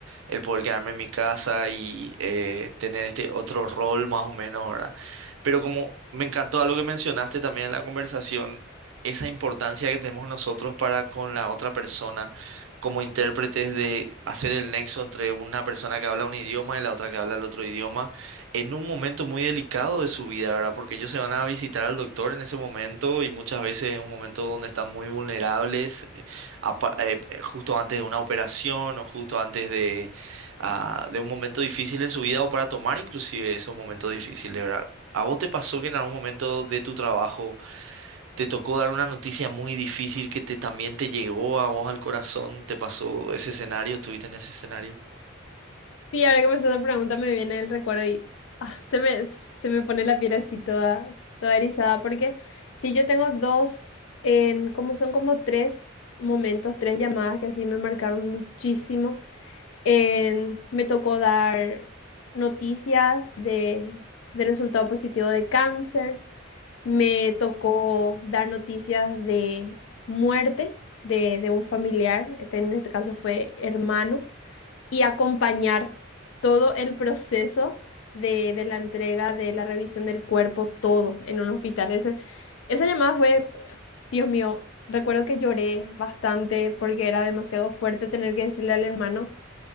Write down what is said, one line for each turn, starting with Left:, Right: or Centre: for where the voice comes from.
Right: el poder quedarme en mi casa y eh, tener este otro rol más o menos, ¿verdad? Pero como me encantó algo que mencionaste también en la conversación, esa importancia que tenemos nosotros para con la otra persona como intérpretes de hacer el nexo entre una persona que habla un idioma y la otra que habla el otro idioma en un momento muy delicado de su vida, ¿verdad? Porque ellos se van a visitar al doctor en ese momento y muchas veces es un momento donde están muy vulnerables eh, apa- eh, eh, justo antes de una operación o justo antes de ah, de un momento difícil en su vida o para tomar inclusive esos momentos difíciles, ¿verdad? ¿A vos te pasó que en algún momento de tu trabajo te tocó dar una noticia muy difícil que te, también te llegó a vos al corazón? ¿Te pasó ese escenario? ¿Estuviste en ese escenario?
Left: Sí, ahora que me haces esa pregunta me viene el recuerdo y ah, se me, se me pone la piel así toda, toda erizada, porque sí, yo tengo dos, en, como son como tres momentos, tres llamadas que así me marcaron muchísimo. En- me tocó dar noticias de, de resultado positivo de cáncer, me tocó dar noticias de muerte de, de un familiar, este, en este caso fue hermano. y acompañar todo el proceso de, de la entrega, de la revisión del cuerpo, todo en un hospital. Ese, esa llamada fue, pf, Dios mío, recuerdo que lloré bastante porque era demasiado fuerte tener que decirle al hermano